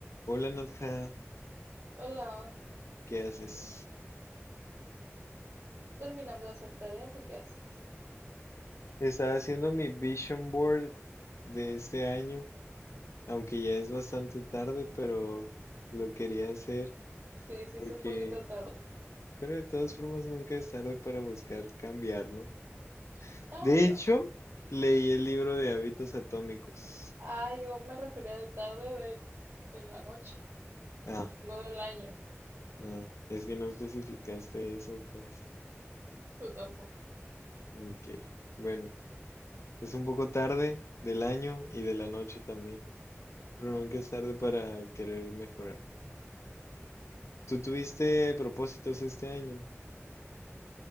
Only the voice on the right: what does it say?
Hola,
terminando de hacer tarea, ¿tú qué haces?
Sí, sí,
es un poquito tarde.
Ah,
no.
Ah, yo me refería de tarde de, de la noche,
no del año.
Tú tampoco.
Ujú.